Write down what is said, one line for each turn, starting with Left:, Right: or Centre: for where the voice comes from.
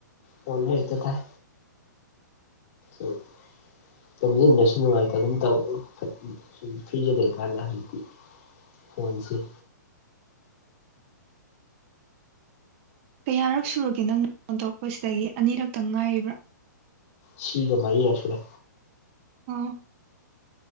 Left: ꯐꯣꯟꯗ ꯍꯦꯛꯇ ꯇꯥꯏ ꯎ <unintelligible> ꯇꯣꯝꯁꯤꯟꯕꯁꯨ ꯅꯨꯡꯉꯥꯏꯇꯕꯒꯝ ꯇꯧ ꯁꯨꯝ ꯐ꯭ꯔꯤꯗ ꯂꯩꯀꯥꯟꯗ ꯍꯧꯖꯤꯛꯇꯤ ꯐꯣꯟꯁꯤ
Right: ꯀꯌꯥꯔꯛ ꯁꯨꯔꯒꯦ ꯅꯪ ꯐꯣꯟ ꯇꯧꯔꯛꯄꯁꯤꯗꯒꯤ ꯑꯅꯤꯔꯛꯇꯪ ꯉꯥꯏꯔꯤꯕ꯭ꯔꯥ
Left: ꯁꯤꯒ ꯃꯔꯤꯔꯛ ꯁꯨꯔꯦ
Right: ꯑꯣ